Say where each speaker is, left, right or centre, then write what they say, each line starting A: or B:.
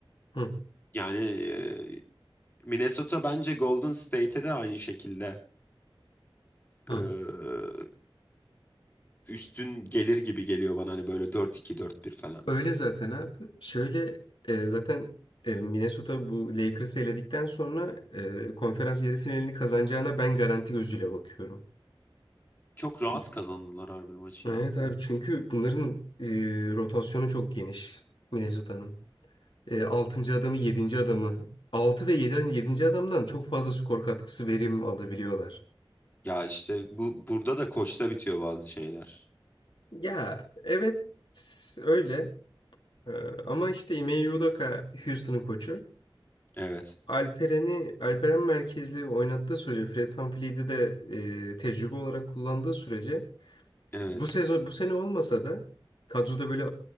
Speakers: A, on the left; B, on the left.
A: Hı.
B: yani e, Minnesota bence Golden State'e de aynı şekilde
A: Hı.
B: e, üstün gelir gibi geliyor bana hani böyle dört iki dört bir falan.
A: Öyle zaten abi. Şöyle e, zaten e, Minnesota bu Lakers'ı eledikten sonra e, konferans yarı finalini kazanacağına ben garanti gözüyle bakıyorum.
B: Çok
A: Çünkü
B: rahat kazandılar harbi maçı
A: Evet
B: ya.
A: abi çünkü bunların e, rotasyonu çok geniş Minnesota'nın. E, 6. adamı yedinci adamı 6 ve 7. 7. adamdan çok fazla skor katkısı verim alabiliyorlar.
B: Ya işte bu burada da koçta bitiyor bazı şeyler.
A: Ya evet öyle E, ama işte Ime Udoka Houston'ın koçu.
B: Evet.
A: Alperen'i Alperen merkezli oynattığı sürece Fred VanVleet'i de e, tecrübe olarak kullandığı sürece
B: Evet.
A: bu sezon bu sene olmasa da kadroda böyle